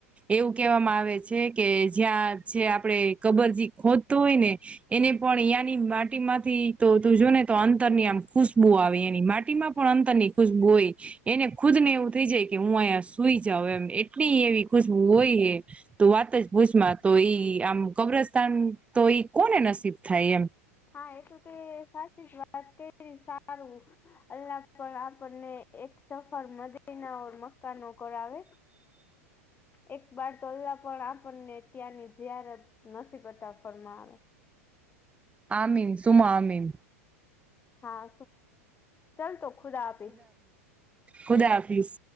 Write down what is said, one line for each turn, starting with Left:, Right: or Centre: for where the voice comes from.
Right: એવું કહેવામાં આવે છે કે જ્યાં જે આપણેે કબરજી ખોજતો હોય ને એને પણ ની માટી માંથી તો તું જોને તો અંતરની આમ ખુશ્બુ આવે એની માટી માં પણ અંતર ની ખુશબુ હોય એને ખુદ ને એવું થઈ જાય કે હું અહીંયા સુઈ જાઉ એમ એટલી એવી ખુશ હોય એ તો વાત જ ભૂજમાં તો ઈ આમ કબ્રસ્તાન તો ઈ કોને નસીબ થાય એમ
Left: હા એ તોું તે સાચી જ વાત કે સારું અલ્લા પણ આપણને એક સફર મદીના ઓ મકાનો કરાવે
Right: <unintelligible>
Left: એક બાાર તોવા પણ આપણને ત્યાંની જત નસીબત ફળમાં આવે
Right: આમીન સુમા અમીન
Left: હા ચલ તો ખુદા આફીશ.
Right: ખુદા હાફિઝ